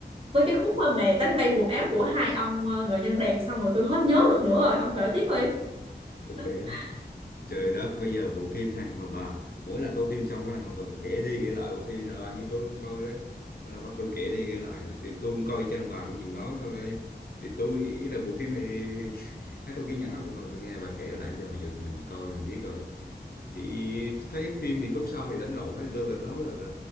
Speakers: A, on the right (about 30°); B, on the left (about 60°).
A: tới cái khúc mà mẹ đánh bay quần áo của hai ông ờ, người nhân đèn xong rồi tôi hết nhớ được nữa rồi ông kể tiếp đi
B: trời ơi
A: <laughs>
B: Trời đất, bây giờ bộ phim này mà bà mỗi lần coi phim xong bà ngồi bà, bà kể đi kể lại bộ phim này làm như tôi không coi đấy. Bắt đầu bắt tôi kể đi kể lại nữa thì tôi cũng coi chân bà cũng chừng đó thôi. Thì tôi nghĩ là bộ phim này <laughs> thấy tôi kiên nhẫn không tôi ngồi tôi nghe bà kể hồi nãy giờ bây giờ tụi mình coi mình biết rồi thì thấy phim thì khúc sau thì đánh lộn đó tôi phải nói là, là